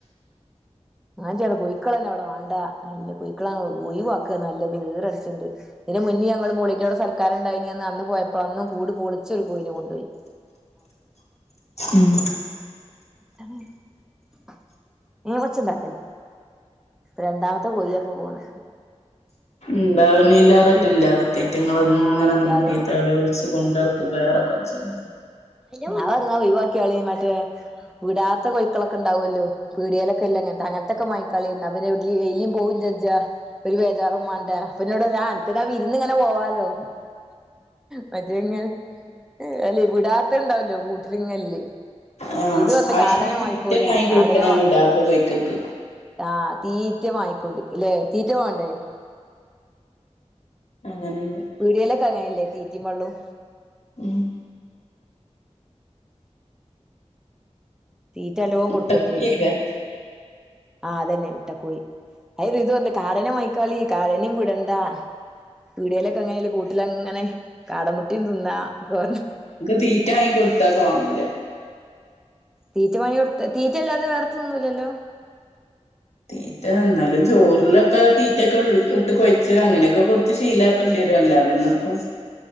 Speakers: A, in the centre; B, on the left (about 65°).
A: ഞാൻ ചേട്ട കോഴക്കള തന്നെ അവിടെ വേണ്ട നല്ല കോഴക്കളാ ഒഴിവാക്കുക നല്ലത് വേറെ അടച്ചണ്ട് ഇതിന് മുന്നേ ഞങ്ങള് മളിോടെ സൽക്കാാരണ്ടായിനനി അന്ന് അന്ന് പോയപ്പോ അന്നും കൂടു പൊളിച്ചൊരു കുവിന കൊണ്ട് പോയി
B: ഉം
A: <unintelligible> കൊച്ചന്താ രണ്ടാമത്തെ കൊയിപ്പ പോണ്
B: ഉണ്ടാവന ഇല്ലാറല്ലില്ല അത് കയറ്റങ്ങളൾ
A: ആഹ്
B: അങ്ങനെ
A: ഇല്ലാതെക്ക
B: നോക്കി തലോലിച്ച് കൊണ്ടി നടക്കുമ്പോ വേറെ മനസ്സില
A: <unintelligible> പറി ഒഴിവാക്കിയാളി മറ്റേ വിടാത്ത കോഴക്കളൊക്കെ ഉണ്ടാവല്ലോ പീടിയലൊക്കെ ഇല്ലാംങ്ങനത്തെ അങ്ങനത്തൊക്കെ മക്കളിന്ന് അവെ എ എലും പോവും ജജ്ജ ഒരു ബേജാറും വേണ്ട പിന്നെ ഇവിടെവാനക്ക്താ ഇരുന്ന്ങ്ങനെ പോവാലോ മറ്റ ഇങ്ങെ അല്ല വിടാത്ത ഇണ്ടാവല്ലോ കൂട്ടിലിങ്ങല്ലേ?
B: ആഹ
A: ഇത് പറഞ്ഞ്
B: അയിന്
A: കാടനെ
B: തീറ്റ
A: വാങ്ങിക്കോളി
B: മാങ്ങി
A: കാടനെ
B: കൊടുക്കണം
A: വാ
B: വിടാത്ത കോഴിക്കക്ക്.
A: ആഹ്, തീറ്റ വാങ്ങിക്കൊണ്ട് ലെ തീറ്റ മാണ്ടേ
B: അങ്ങനെണ്ട്.
A: പീടിയേലൊക്കെ അങ്ങനല്ലേ തീ തീറ്റി വള്ളും
B: ഹ്മ്മ്
A: തീറ്റ നല്ലോ
B: മുട്ടക്കോഴിയേക്കാരം
A: കൊടുക്കണ്ടിയരും ആഹ് അതന്നെ മുട്ടക്കോഴി. അത് റിതു പറഞ്ഞ് കാടനെ മാങ്ങിക്കാളി കാടെനിം വിടണ്ടാ പീടിയെലൊക്കെ എങ്ങനായാലും കൂട്ടിലങ്ങനെ കാടമുട്ടിം തിന്നാ കൊ
B: തീറ്റാങ്ങി കൊടുത്താ കാണൂല.
A: തീറ്റ മാങ്ങിയൊടുത്ത്, തീറ്റയല്ലാതെ വേറൊത്തും തിന്നൂല്ലല്ലോ
B: തീറ്റ എന്നാലും ചോറിലൊക്കെ തീറ്റയൊക്കെ ഉൾ ഇട്ട് കൊഴച്ച് അങ്ങനൊക്കെ കൊട് ശീലക്കണ്ടിയരും അല്ലാതെന്ന്പ്പം